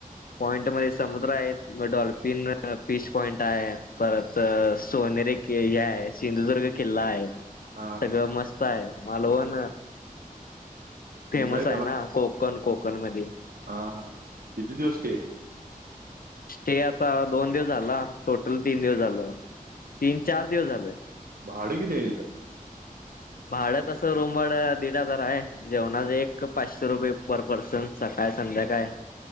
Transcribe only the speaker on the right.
हा हा
एन्जॉय
ह हा किध दिवष्टे
बाडग दे तर